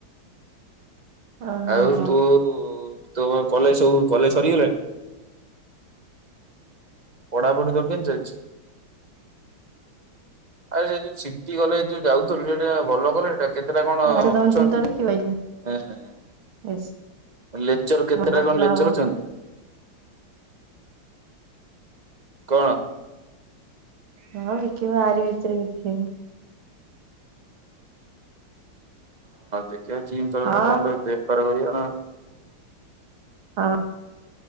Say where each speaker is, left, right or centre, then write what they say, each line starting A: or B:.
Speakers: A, on the right; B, on the right.
A: ଓହୋ
B: ଆଉ ତୁ ତୋ କଲେଜ ସବୁ କଲେଜ ସରିଗଲାଣି? ପଢାପଢ଼ି ତୋର କେମିତି ଚାଲିଚି? ଆରେ ସେ ଯୋଉ ସିଟି କଲେଜ ଯୋଉ ଯାଉଥିଲୁ ସେଟା ଭଲ କଲେଜ ଟା। କେ କେତେଟା କଣ
A: ଆଚ୍ଛା ତମେ
B: ଅଛନ୍ତି?
A: ଜିନିଷ ବିକି ପାଇଲ
B: ଅ
A: ବେଶ
B: ଲେକ୍ଚର କେତେଟା
A: ଭଲ
B: କଣ
A: ଲାଭ
B: ଲେକ୍ଚର ଅଛନ୍ତି? କଣ?
A: ହଁ ବିକିବ ଆରି ଭିତରେ ବିକିବ।
B: ଦେଖିଆ ଜିମ୍ ତଳେ
A: ହଁ।
B: କଣ ଗୋଟେ ବେପାର କରିବା ନା ।
A: ହଁ